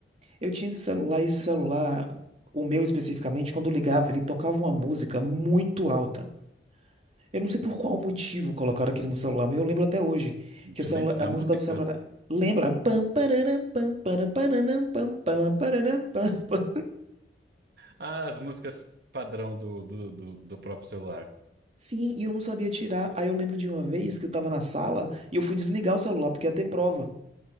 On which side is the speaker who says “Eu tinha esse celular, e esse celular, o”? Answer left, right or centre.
Right